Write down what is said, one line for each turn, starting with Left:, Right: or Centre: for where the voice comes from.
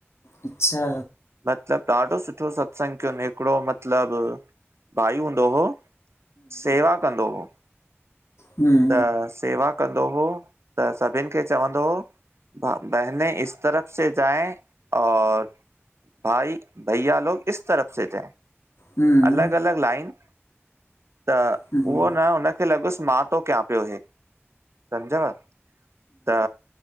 Left: अच्छा
Right: मतिलबु ॾाढो सुठो सत्संगु कयोन हिकिड़ो मतिलबु, भाई हूंदो हुओ सेवा कंदो हो
Left: हुं
Right: त सेवा कंदो हो त सभिनि खे चवंदो हो बहने इस तरफ़ से जाऐ, और भाई भइया लोग इस तरफ़ से जाए।
Left: हम्म
Right: अलॻि अलॻि लाइन त
Left: हम्म
Right: उहो न हुनखे लॻुसि मां थो कयां पियो हे! समुझव त